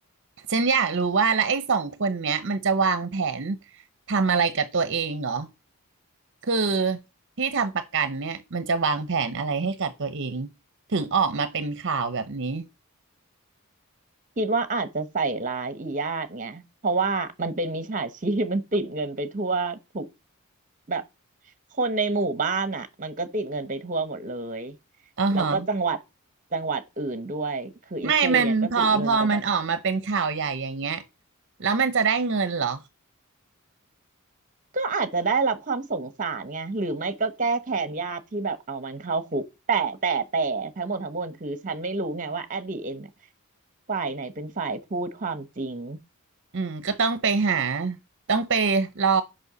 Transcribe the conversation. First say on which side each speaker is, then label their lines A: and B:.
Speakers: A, on the right (about 55°); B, on the right (about 35°).
A: ฉันอยากรู้ว่าแล้วไอ้สองคนเนี้ยมันจะวางแผนทำอะไรกับตัวเองเหรอ คือที่ทำประกันเนี่ยมันจะวางแผนอะไรให้กับตัวเองถึงออกมาเป็นข่าวแบบนี้
B: คิดว่าอาจจะใส่ร้ายอีญาติไงเพราะว่ามันเป็นมิจฉาชีพ <laughs> มันติดเงินไปทั่วทุกแบบคนในหมู่บ้านอ่ะมันก็ติดเงินไปทั่วหมดเลย
A: อ่าฮะ
B: แล้วก็จังหวัดจังหวัดอื่นด้วยคืออีคู่เนี้ยก็ติดเงินไปแบบ
A: ไม่มันพอพอมันออกมาเป็นข่าวใหญ่อย่างเงี้ยแล้วมันจะได้เงินเหรอ
B: ก็อาจจะได้รับความสงสารไงหรือไม่ก็แก้แค้นญาติที่แบบเอามันเข้าคุกแต่แต่แต่ทั้งหมดทั้งมวลคือฉันไม่รู้ไงว่า at the end อะฝ่ายไหนเป็นฝ่ายพูดความจริง
A: อืมก็ต้องไปหาต้องไปรอ